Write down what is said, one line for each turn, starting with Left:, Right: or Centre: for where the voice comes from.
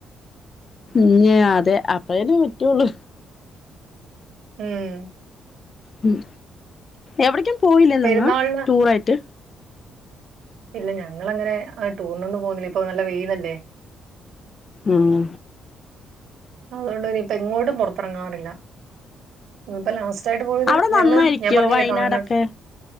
Left: ഞ്ഞ് അതെ, അപ്പേനെ പറ്റുള്ളു.
Right: ഉം.
Left: ഉം. എവിടേക്കും പോയില്ലേ
Right: പെരുന്നാളിന്
Left: നിങ്ങ? ടൂറായിട്ട്?
Right: ഇല്ല ഞങ്ങളങ്ങനെ അ ടൂറിനൊന്നും പോകുന്നില്ല, ഇപ്പൊ നല്ല വെയിയിലല്ലേ?
Left: ഉം..
Right: അതുകൊണ്ട് ഇനിയിപ്പ എങ്ങോട്ടും പുറത്തിറങ്ങാറില്ല. ഇപ്പോ ലാസ് ച്ചായിട്ട് പോയത്,
Left: അവിടെ
Right: ഞങ്ങള്
Left: നന്നായിരിക്കോ
Right: ഞാൻ പറഞ്ഞില്ലേ?
Left: വയനാടൊക്കെ
Right: തമിഴ്നാട്...